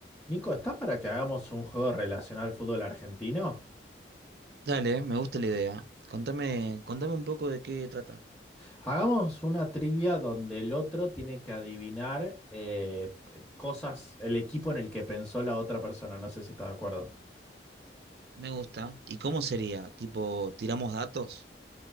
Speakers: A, in the centre; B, on the right.
A: Nico, ¿estás para que hagamos un juego relacionado al fútbol argentino?
B: Dale, me gusta la idea. Contame, contame un poco de qué trata.
A: Hagamos una trivia donde el otro tiene que adivinar eh, p- cosas, el equipo en el que pensó la otra persona. No sé si estás de acuerdo.
B: Me gusta. ¿Y cómo sería? Tipo, ¿tiramos datos?